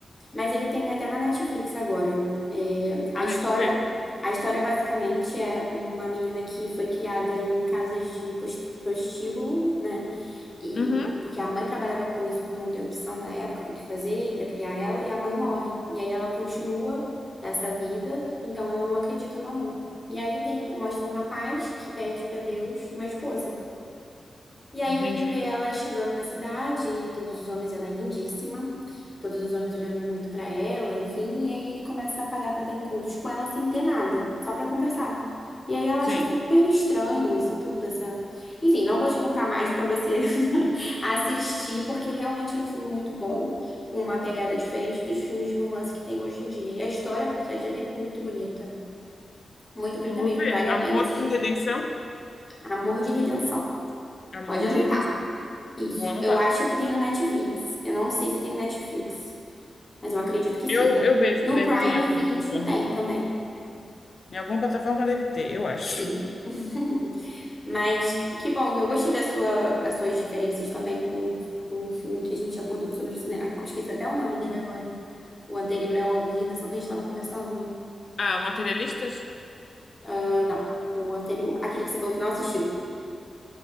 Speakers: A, on the left; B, on the left.
A: Mas ele tem até na Netflix agora. É, a
B: Ah,
A: história,
B: eu vou ver.
A: a história basicamente é uma menina que foi criada em casas de pos- prostíbulo, né? E
B: Uhum,
A: porque a mãe trabalhava com isso por não ter opção na época do que fazer para criar ela, e a mãe morre. E aí ela continua essa vida, então ela não acredita no amor. E aí tem, mostra um rapaz que pede para Deus uma esposa. E aí
B: entendi.
A: ele vê ela chegando na cidade, e todos os homens, ela é lindíssima, todos os homens olhando muito pra ela, enfim, e aí ele começa a pagar pra ter encontros com ela sem ter nada, só pra conversar. E aí ela
B: Sim.
A: acha super estranho isso tudo, essa... Enfim, não vou te contar mais pra você <laughs> assistir, porque realmente é um filme muito bom, com uma pegada diferente dos filmes de romance que tem hoje em dia. E a história por trás dele é muito bonita, muito bonita
B: Eu Vou
A: mesmo,
B: ver.
A: vale
B: Amor
A: a pena assistir.
B: com redenção?
A: Amor de Redenção.
B: Amor
A: Pode anotar.
B: de redenção.
A: Isso.
B: Vou anotar.
A: Eu acho que tem no Netflix. Eu não sei se tem no Netflix, mas eu acredito que sim.
B: Eu, eu vejo,
A: No
B: deve
A: Prime
B: ter em alguma
A: Video
B: plataforma.
A: tem também.
B: Em alguma plataforma deve ter, eu acho.
A: Sim. <laughs> Mas que bom, eu gostei da sua, das suas diferenças também com, com o filme que a gente abordou sobre o cinema. Esqueci até o nome dele agora. O anterior ao Amor de Deção que a gente estava conversando.
B: Ah, materialistas?
A: Ah, não, o anterior. Aquele que você falou que não assistiu.